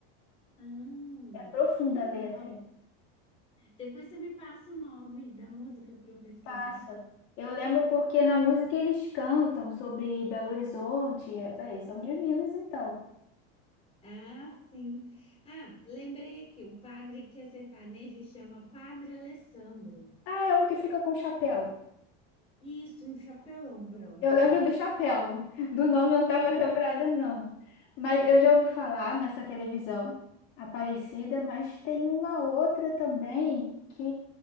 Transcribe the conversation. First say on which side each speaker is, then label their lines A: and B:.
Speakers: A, on the left; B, on the left.
A: Ah,
B: É profunda
A: que legal.
B: a letra.
A: Depois você me passa o nome da música para eu pesquisar
B: Passa. Eu lembro porque na música eles cantam sobre Belo Horizonte. Eu falei, são de Minas então.
A: Ah, sim. Ah, lembrei aqui, o padre que é sertanejo chama Padre Alessandro.
B: Ah, é um que fica com chapéu.
A: Isso, um chapelão branco.
B: Eu lembro do chapéu. <laughs> Do nome eu não estava lembrada, não. Mas eu já ouvi falar nessa televisão Aparecida, mas tem uma outra também que